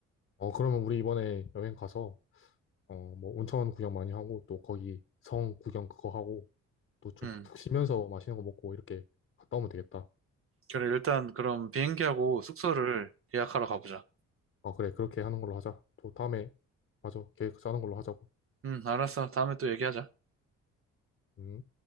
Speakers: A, on the left (about 40°); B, on the right (about 45°).
A: 어, 그러면 우리 이번에 여행 가서 어, 뭐 온천 구경 많이 하고 또 거기 성 구경 그거 하고 또 좀
B: 음.
A: 푹 쉬면서 맛있는 거 먹고 이렇게 갔다 오면 되겠다.
B: 그래, 일단 그럼 비행기하고 숙소를
A: 어,
B: 예약하러 가보자.
A: 어, 그래. 그렇게 하는 걸로 하자. 또 다음에 맞아. 계획 짜는 걸로 하자고.
B: 음, 알았어. 다음에 또 얘기하자.
A: 음.